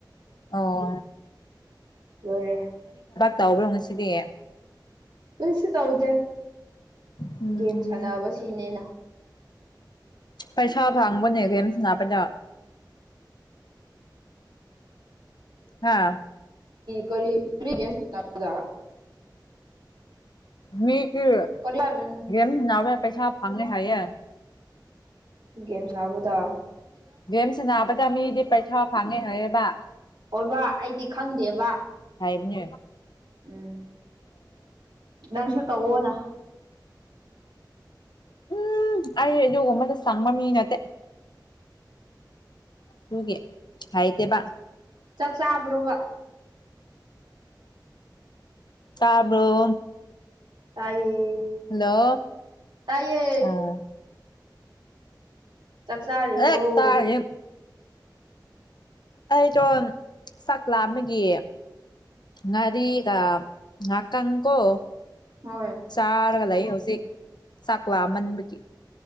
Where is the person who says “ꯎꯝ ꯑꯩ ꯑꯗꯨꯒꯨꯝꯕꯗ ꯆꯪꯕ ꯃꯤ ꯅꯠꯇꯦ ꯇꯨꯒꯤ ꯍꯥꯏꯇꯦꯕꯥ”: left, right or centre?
Left